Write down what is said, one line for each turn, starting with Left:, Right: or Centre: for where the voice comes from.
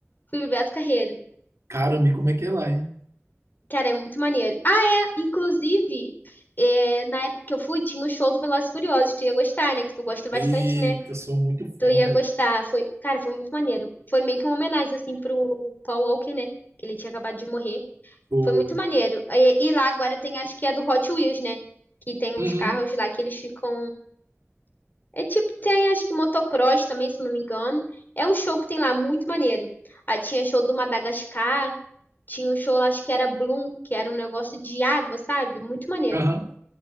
Left: Fui pro Beto Carreiro.
Right: caramba, e como é que é lá, hein?
Left: Cara, é muito maneiro. Ah, é, inclusive, é, na época que eu fui, tinha o show do Velozes e Furiosos. Tu ia gostar, né? Que tu gosta bastante,
Right: Eita,
Left: né?
Right: eu sou muito
Left: Tu
Right: fã,
Left: ia
Right: velho.
Left: gostar. Foi, cara, foi muito maneiro. Foi meio que uma homenagem, assim, pro Paul Walker, né? Que ele tinha acabado de morrer.
Right: Pô.
Left: Foi muito maneiro. E, e lá agora tem, acho que é do Hot Wheels, né? Que tem uns
Right: Uhum,
Left: carros lá que eles ficam. É tipo, tem acho que motocross também, se não me engano. É um show que tem lá, muito maneiro. Aí tinha show do Madagascar, tinha um show, acho que era Bloom, que era um negócio de água, sabe? Muito maneiro.
Right: aham.